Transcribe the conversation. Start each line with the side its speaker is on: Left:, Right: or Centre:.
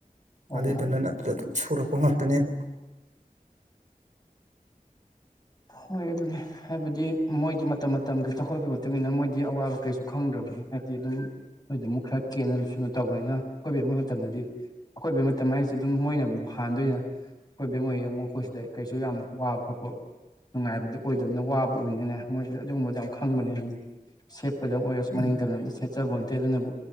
Left: ꯑꯧ
Right: ꯑꯗꯗꯨꯅꯠꯇꯝ
Left: ꯃꯥꯅꯦ
Right: ꯁ ꯄꯣ ꯉꯥꯛꯇꯅꯦꯕ
Left: ꯍꯣꯏ ꯑꯗꯨꯅꯦ ꯍꯥꯏꯕꯗꯤ ꯃꯣꯏꯗꯤ ꯃꯇꯝ ꯃꯇꯝꯒꯤ ꯆꯥꯎꯈꯠꯂꯛꯄꯒꯤ ꯏ ꯃꯇꯨꯡꯏꯟꯅ ꯃꯣꯏꯗꯤ ꯑꯋꯥꯕ ꯀꯩꯁꯨ ꯈꯪꯗ꯭ꯔꯕ ꯍꯥꯏꯗꯤ ꯑꯗꯨꯝ ꯃꯣꯏꯗ ꯑꯃꯨꯛ ꯈꯔ ꯀꯦꯅ ꯁꯨꯅ ꯇꯧꯕꯅꯤꯅ ꯑꯀꯣꯏꯕ ꯌꯦꯛꯕ ꯃꯇꯝꯗꯗꯤ ꯑꯀꯣꯏꯕꯩ ꯃꯇꯝ ꯍꯥꯏꯁꯦ ꯑꯗꯨꯝ ꯃꯣꯏꯅ ꯑꯃꯨꯛ ꯍꯥꯟꯗꯣꯏꯅ ꯑꯩꯈꯣꯏ ꯕꯦꯝꯃꯣꯏ ꯑꯃꯨꯛ ꯑꯩꯈꯣꯏ ꯁꯤꯗ ꯀꯩꯁꯨ ꯌꯥꯝ ꯋꯥꯕ ꯈꯣꯠꯄ ꯅꯨꯡꯉꯥꯏꯕꯗꯨ ꯑꯣꯏꯗꯕꯅꯤꯅ ꯋꯥꯕ ꯑꯣꯏꯕꯅꯤꯅ ꯃꯣꯏꯗꯨꯗ ꯑꯗꯨꯒꯨꯝꯕꯗꯣ ꯌꯥꯝ ꯈꯪꯕꯅꯦ ꯍꯥꯏꯕꯗꯤ ꯁꯦꯞ ꯗ ꯑꯣꯏꯔꯁꯨ
Right: ꯎꯝ
Left: ꯃꯅꯤꯡꯇꯝꯅꯇ ꯁꯦꯠꯆꯕ ꯍꯣꯟꯇꯦ ꯑꯗꯨꯅꯕꯨ